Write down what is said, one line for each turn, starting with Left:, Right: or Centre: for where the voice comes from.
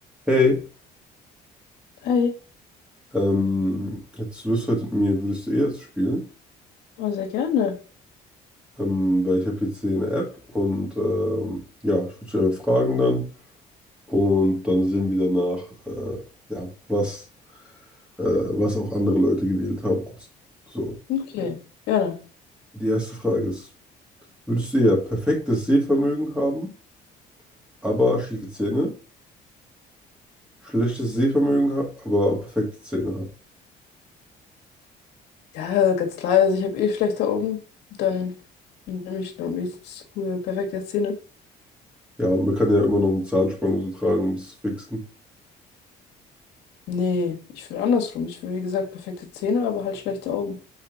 Centre: Hey,
Left: Hey,
Centre: ähm, hättest du Lust heute mit mir, würdest du eh jetzt spielen?
Left: oh, sehr gerne.
Centre: Ähm, weil ich habe jetzt hier eine App und ähm, ja, ich würde dich einfach fragen dann und dann sehen wir danach, äh, ja, was, äh, was auch andere Leute gewählt haben. Proz- So,
Left: Okay, gerne.
Centre: die erste Frage ist, würdest du eher perfektes Sehvermögen haben, aber schiefe Zähne? Schlechtes Sehvermögen, ha aber perfekte Zähne haben?
Left: Ja, ganz klar, also ich habe eh schlechte Augen. Dann nehme ich nur am liebsten cool, perfekte Zähne.
Centre: Ja, und man kann ja immer noch eine Zahnspange so tragen, um es zu fixen.
Left: Nee, ich will andersrum. Ich will, wie gesagt, perfekte Zähne, aber halt schlechte Augen.